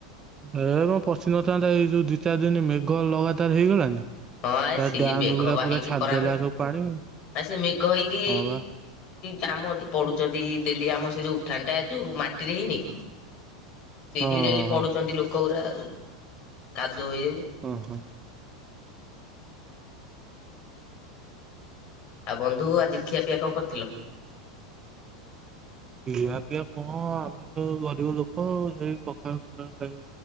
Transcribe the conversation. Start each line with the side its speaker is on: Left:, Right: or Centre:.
Right: ଏ ମ ପଶିିନଥାନ୍ତା ଏଇ ଯୋଉ ଦି ଚାରି ଦିନ ମେଘ ଲଗାତାର ହେଇଗଲାନି।
Left: ହଁ ଆ
Right: ସେ
Left: ସେଇ
Right: ଡ୍ୟାମ
Left: ମେଘ
Right: ପୁରା
Left: ପା
Right: ପୁରା
Left: ହେଇକି
Right: ଛାଡ୍
Left: ଖରାପ
Right: ଦେଲା ସବୁ ପାଣି।
Left: ଆ ସେ ମେଘ ହେଇକି
Right: ହଁ ବା
Left: କାମ ଏଠି ପଡୁଛନ୍ତି ଡେଲି ଆମ ସେ ଯୋଉ ଉଠାଣଟା ଯୋଉ ମାଟିରେ ହେଇନି। ସେଇଠି
Right: ହଁ
Left: ଡେଲି
Right: ହଁ
Left: ପଢୁଛନ୍ତି
Right: ହଁ
Left: ଲୋକ ଉରା ଆଉ କାଦୁଅ ହେଇଯାଉଛି।
Right: ଓଁ ହଁ।
Left: ଆଉ ବନ୍ଧୁ ଆଜି ଖିଆ ପିଆ କଣ କରିଥିଲ।
Right: ଖିଆ ପିଆ କଁ ଆମେ ତ ଗରିବ ଲୋକ ଏଇ ପଖାଳ ଫଖାଳ ଖାଇ